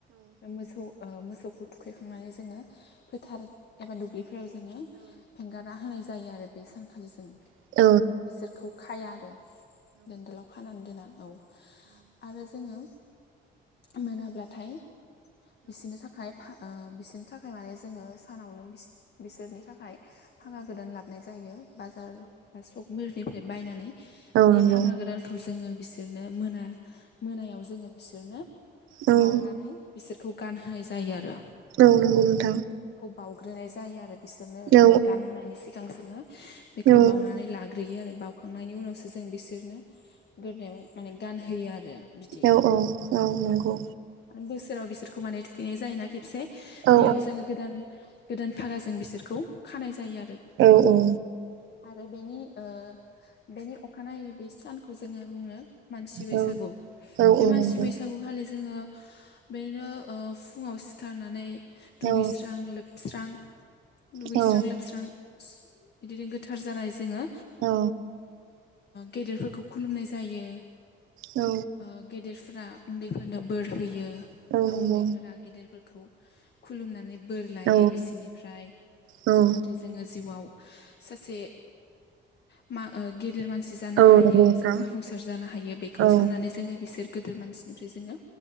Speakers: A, on the left; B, on the right.
A: मोसौ ओ मोसौ थुखैखांनानै जोंङो फोथार एबा दुब्लिफोराव जोंङो हगारना होनाय जायो जायो आरो बे सानखालि जों
B: औ औ
A: बिसोरखौ खाया आरो दोनदालाव खानानै दोना औ आरो जोंङो मोनाब्लाथाय बिसोरनि थाखाय ओ बिसोरनि थाखाय माने जोंङो सानावनो बिसोरनि थाखाय थाखाय फागा गोदान लाबाय जायो बाजार बा सक मिलनिफ्राय बायनानै बे
B: नंगौ
A: फागा गोदानखौ जोंङो बिसोरनो मोना मोनायाव जोंङो बिसोरनो
B: औ
A: बावनानै बिसोरखौ गानहोनाय जायो आरो
B: औ नंगौ नोंथां
A: बावग्रोनाय जायो आरो बिसोरनो
B: औ
A: गानहोनायनि सिगां जोंङो बेखौ
B: औ
A: बावउनानै ला ग्रोयो आरो बावउखांनायनि उनावसो जों बिसोरनो गोदनायाव माने गानहोयो आरो बिदि
B: औ-औ-औ नंगौ
A: बोसोराव बिसोरखौ माने थुखैनाय जायोना खेबसे
B: औ
A: बेयाव जोंङो गोदान गोदान फागाजों बिसोरखौ खानाय जायो आरो
B: औ-औ
A: आरो बेनि ओ बेनि अखानायै बे सानखौ जोंङो बुंङो मानसि बैसागु
B: औ औ
A: बे
B: औ
A: मानसि
B: नंगौ
A: बैसागु खालि जोंङो बेदिनो फुंङाव सिखारनानै दुगैस्रां
B: औ
A: लोब स्रां दुगैस्रां
B: औ
A: लोबस्रां बिदिनो गोथार जानाय जोंङो
B: औ
A: गेदेरफोरखौ खुलुमनाय जायो
B: औ
A: ओ गेदेरफोरा उन्दैफोरनो बोर होयो
B: औ
A: बा
B: नंगौ
A: उन्दैफोरा गेदिरफोरखौ खुलुमनानै बोर लायो
B: औ
A: बिसोनिफ्राय
B: औ
A: जाहाथे जोङो जिउआव सासे <unintelligible> गिदिर मानसि जानो
B: औ
A: हायो
B: नंगौ नोंथां
A: जों जाफुंसार जानो हायो बेखौ
B: औ
A: साननानै जोङो बिसोर गिदिर मानसिनिफ्राय जोङो